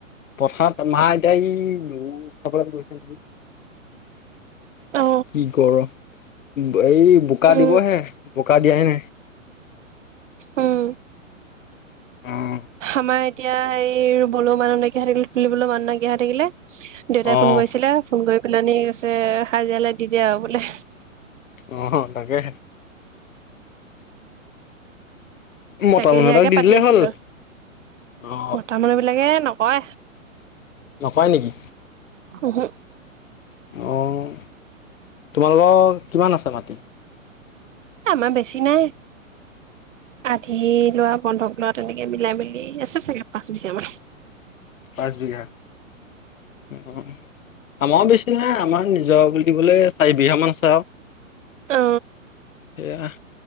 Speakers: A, on the left (about 70°); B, on the right (about 65°).
A: পথাৰত মা এতয়া সি চাবলৈ গৈছে নেকি?
B: অ
A: কি গৰম। এই বোকা
B: উম
A: দিবহে বোকা দিয়াই নাই।
B: উম
A: অ',
B: আমাৰ এতিয়া এই ৰুবলেও মানুহ নাইকিয়া থাকিলে তুলিবলৈ মানুহ নাইকিয়া থাকিলে। দেউতাই
A: অ',
B: ফোন কৰিছিলে ফোন কৰি পেলাই কৈছে হাজিৰালৈ দি দে আৰু বোলে।
A: অ', তাকে। মতা
B: তাকে
A: মানুহ
B: সেয়াকে
A: এটাক দি
B: পাতি
A: দিলেই
B: আছিলো
A: হ'ল
B: আৰু
A: অ',
B: মতা মানুহবিলাকে ন হয়।
A: নকয় নেকি?
B: অহো।
A: অ', তোমালোকৰ কিমান আছে মাটি?
B: আমাৰ বেছি নাই।
A: <inaudible>
B: আধি লোৱা বন্ধক লোৱা তেনেকে মিলাই মেলি আছে চাগে পাঁচ বিঘামান।
A: পাঁচ বিঘা। উম আমাৰ বেছি নাই আমাৰ নিজৰ বুলিবলে চাৰি বিঘা মান আছে আৰু।
B: অ
A: সেয়া